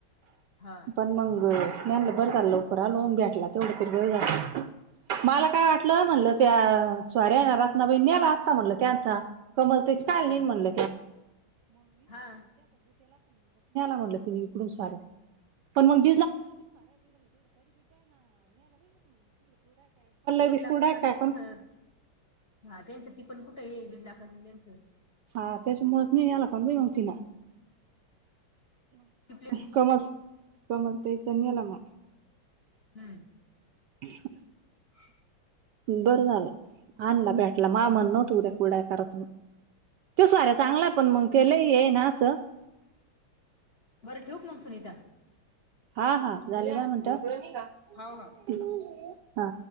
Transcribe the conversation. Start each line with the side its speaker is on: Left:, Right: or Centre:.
Left: हा
Right: पण मंग म बर झाल लवकर आलो भेटला तेवढ तरी बर झालं मला
Left: हा
Right: काय वाट ल म्हणलं त्या स्वाऱ्या रत्नाबाई नेला असता म्हणल त्यांचा कमल <unintelligible> न्याला
Left: हा हा
Right: म्हटलं तुम्ही इकडून साड्या <unintelligible> पार्ले
Left: दीड
Right: बिस्कुट
Left: लाखाचं
Right: हाय काय
Left: आणि त्यांचं
Right: कण
Left: हा त्यांच टिपण कुठं आहे दीड लाखाच अन् त्यांचं
Right: हा त्याच्यामुळेच नाही याला काण ब मग ति ना
Left: टिपल्यान
Right: कमल कमल ताईचा नेला म
Left: हू
Right: <inaudible>
Left: <inaudible>
Right: बरं झालं आणला भेटला मा मन नव्हतं उद्या कुरड्या कराचं तो साऱ्या चांगला हाय पण मग ते लई हे हाय ना असं
Left: बरं ठेवू का मग सुनीता
Right: हा हा झाले दहा मिनट
Left: हाव हाव
Right: हा